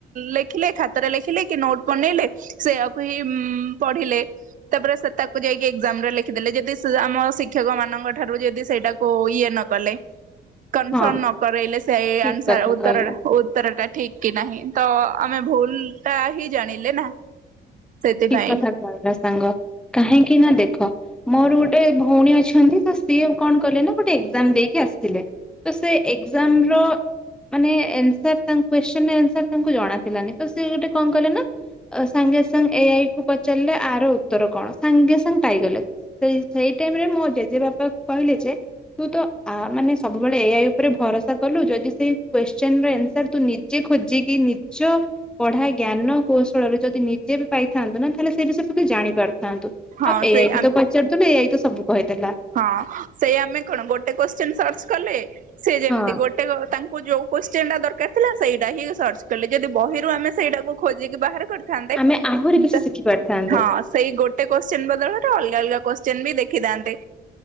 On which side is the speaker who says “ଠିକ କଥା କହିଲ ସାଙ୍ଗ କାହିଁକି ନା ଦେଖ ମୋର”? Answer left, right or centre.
Centre